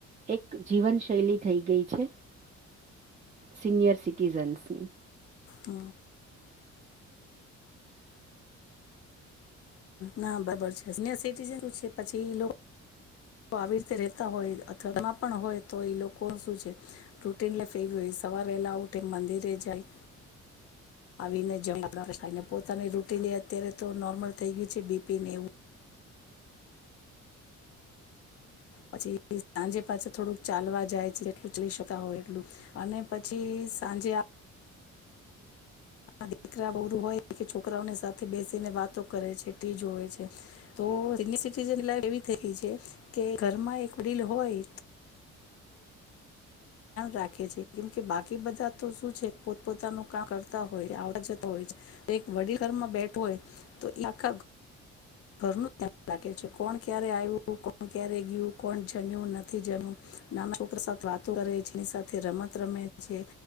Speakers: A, on the right (about 25°); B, on the left (about 50°).
A: એક જીવનશૈલી થઈ ગઈ છે સીનિયર સિટીઝનસની.
B: હ. ના બરાબર છે સિનિયર સિટીઝન છે પછી આવી રીતે રહેતા હોય અથવા પણ હોય તો એ લોકો શું છે ફે હોય સવાર વહેલા ઉઠે મંદિરે જાય આવીને જને પોતાની રૂટિન એ અત્યારે તો નોર્મલ થઈ ગયું છે બીપીને એવું પછી સાંજે પાછું થોડુંક ચાલવા જાય છે જેટલું ચાલી શકાય હોય એટલું અને પછી સાંજે આ દીકરા હોય છોકરાઓની સાથે બેસીને વાતો કરે છે ટીવી જોવે છે સિનિયર સિટીઝન લાઇફ એવી થઈ ગઈ છે કે ઘરમાં એક વડીલ હોયન રાખે છે કેમ કે બાકી બધા તો સુ છે પોત પોતાનું કામ કરતા હોય આવતા જતા હોય. એક વડીલ ઘરમાં બેઠુ હોય તો આખા ઘરનું ધ્યાન રાખે છે કોણ ક્યારે આવ્યું, કોણ ક્યારે ગયું, કોણ જમ્યું, નથી જમ્યું, નાના છોકરા સાથે વાતો કરે, જેની સાથે રમત રમે છે